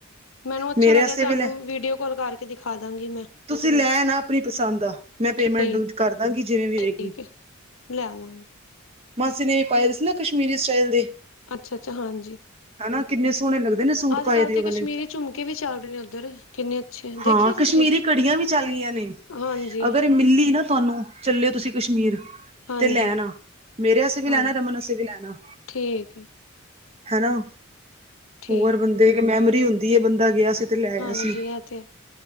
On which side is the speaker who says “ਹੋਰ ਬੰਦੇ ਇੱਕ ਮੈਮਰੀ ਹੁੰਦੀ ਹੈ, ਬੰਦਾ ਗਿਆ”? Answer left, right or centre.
Right